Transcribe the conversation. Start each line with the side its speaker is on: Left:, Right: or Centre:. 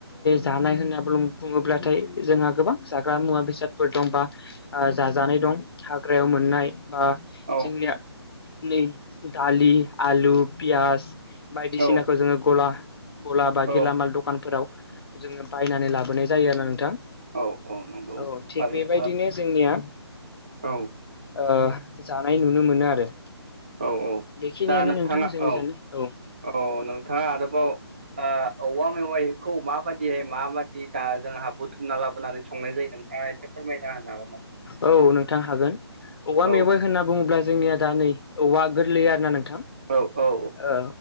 Left: जानाय होनना बुङोब्लाथाय जोंहा गोबां जाग्रा मुवा बेसादफोर दं बा जाजानाय दं हाग्रायाव मोननाय बा
Right: औ
Left: जोंनिया नै दालि आलु पियास -- बायदिसिनाखौ
Right: औ
Left: जोङो गला गला बा
Right: औ
Left: गेलामाल दखानफोराव जोङो बायनानै लाबोनाय जायो आरोना नोंथां।
Right: औ औ नंगौ
Left: औ थिग
Right: थारैनो
Left: बेबायदिनो जोंनिया
Right: ओ
Left: ओ जानाय नुनो मोनो आरो।
Right: औ औ
Left: बेखिनियानो
Right: दा नोंथाङा
Left: नोंथां जोंनि
Right: औ
Left: जानाय औ
Right: औ नोंथाङा आरोबाव ओ औवा मेवाइखौ माबादिहाय माबादि दा जोंहा बुथुमना लाबोनानै संनाय जायो नों ओ एसे फोरमायना होनो हागोन नामा?
Left: औ नोंथां हागोन औवा
Right: औ
Left: मेवाइ होनना बुङोब्ला जोंनिया दा नै औवा गोरलैया आरोना नों
Right: औ औ
Left: ओ